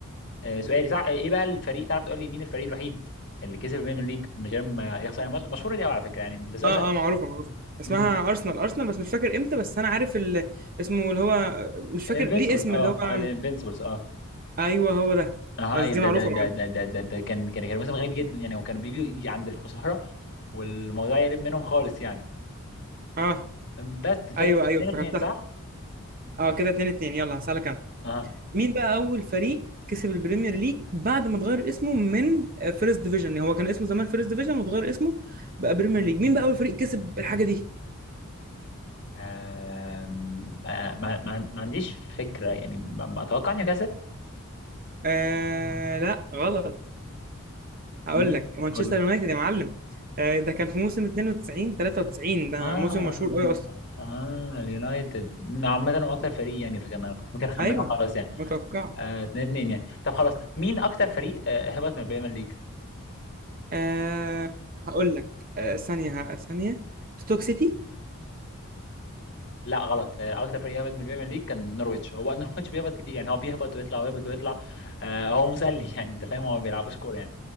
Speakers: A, on the left (about 55°); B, on the right (about 40°).
A: آه، سؤالي صح آه، ايه بقى الفريق تعرف تقول لي مين الفريق الوحيد اللي كسب البريمير ليج من غير ما يخسر الماتش مشهورة دي قوي على فكرة يعني ده سؤال
B: اه
A: سهل
B: اه معروفة معروفة اسمها
A: امم
B: ارسنال ارسنال بس مش فاكر امتى بس انا عارف ال... اسمه اللي هو مش فاكر
A: الانفينسيبلز
B: ليه اسم
A: اه
B: اللي هو
A: اه الانفينسيبلز اه
B: ايوه هو ده
A: هاي
B: بس دي
A: ده
B: معروفه
A: فاكر ده
B: يا معلم
A: ده ده ده ده, ده كان كان كان موسم غريب جدا يعني وكانوا بيجوا عند الخسارة والموضوع يقلب منهم خالص يعني
B: اه
A: بس كانت
B: ايوه
A: 2
B: ايوه افتكرتها
A: 2 صح؟
B: اه كده 2 2 يلا هسألك انا
A: اها
B: مين بقى اول فريق كسب البريمير ليج بعد ما اتغير اسمه من فيرست ديفيجن هو كان اسمه زمان فيرست ديفيجن واتغير اسمه بقى بريمير ليج مين بقى اول فريق كسب الحاجه دي
A: آم، آه، ما ما ما عنديش فكرة يعني ما ما اتوقع نيوكاسل
B: آه لا غلط هقول
A: مين؟
B: لك مانشستر
A: قول لي
B: يونايتد يا معلم آه ده كان في موسم 92 93 ده
A: اه
B: موسم مشهور قوي اصلا
A: اه اليونايتد عامة هو اكتر فريق يعني فكان انا كنت ممكن اخمنه
B: ايوه
A: خلاص يعني
B: متوقع
A: 2 2 يعني طب خلاص مين اكتر فريق آه، هبط من البريمير ليج؟
B: آه هقول لك آه ثانيه ثانيه ستوك سيتي
A: لا غلط آه، اكتر فريق هبط من البريمير ليج كان نورويتش هو <laughs> نورويتش بيهبط كتير يعني هو بيهبط ويطلع ويهبط ويطلع آه، هو مسلي <laughs> يعني انت فاهم هو ما بيلعبوش كوره يعني